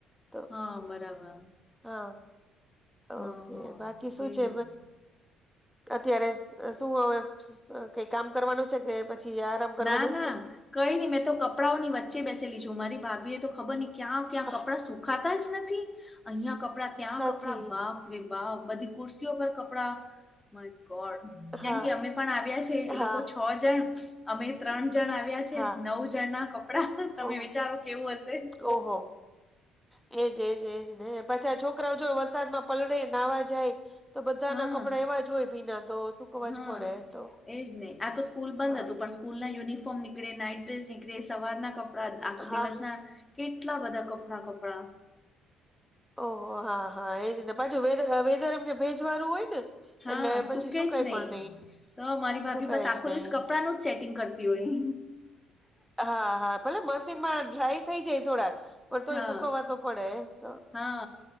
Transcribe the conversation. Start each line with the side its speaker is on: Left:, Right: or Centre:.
Centre: તો
Left: હા બરાબર
Centre: હા
Left: હા
Centre: ઓકે
Left: હા
Centre: બાકી શું
Left: એજ
Centre: છે.
Left: ને
Centre: અત્યારે શું હવે. કઈ કામ કરવાનું છે કે પછી આરામ કરવાનું
Left: ના ના
Centre: છે.
Left: કઈ નહી મેં તો કપડાંઓની વચ્ચે બેસેલી છું મારી ભાભી તો ખબર હી ક્યાં ક્યાં
Centre: આહ,
Left: કપડા સુખા જ નથી અહિયાં કપડા ત્યાં
Centre: નથી.
Left: કપડા બાપ ર વા બધી કુર્સીઓ પર કપડા ગ કેમ
Centre: હા,
Left: કે અમે પણ આવ્યા એ
Centre: હા,
Left: લોકો છ જણ અમે ત્રણ જણ આવે આવ્યા છે
Centre: હા.
Left: નવ જણ ના કપડા તમે
Centre: ઓ
Left: વિચારો કેવું હશે.
Centre: ઓહો! એજ એજ એજ ને પાછા છોકરાઓ જો વરસાદમાં પલળે નાહવા જાય. તો બધા
Left: હા
Centre: ના કપડા એવા જ હોય ભીના તો સુકવા
Left: હા
Centre: જ પડે તો
Left: એજ નહીિ આ તો સ્કૂલ બંધ
Centre: હા
Left: હતુ, પણ સ્કૂલ ના યુનિફોર્મ નીકળે નાઈટ ડ્રેસ નીકળે સવારના કપડા આ
Centre: હા
Left: દિવસના કેટલા બધા કપડાં કપડા
Centre: ઓહ હા હા એજ ને પાછું વેધ વેધર એમ કે ભેજ વાળું હોય ને
Left: હા
Centre: એટલે પછી
Left: સુકે
Centre: સુકાય
Left: જ નહી
Centre: પણ
Left: તો મારી ભાભી
Centre: સુકાય
Left: બસ આખો
Centre: જ નહી
Left: દસ કપ આપનું જ સેટિંગ કરતી હોય.
Centre: હા હા ભલે મશીનમાં ડ્રાય થઈ જાય થોડાક પણ
Left: હા
Centre: તોય સુકવવા તો પડે તો
Left: હા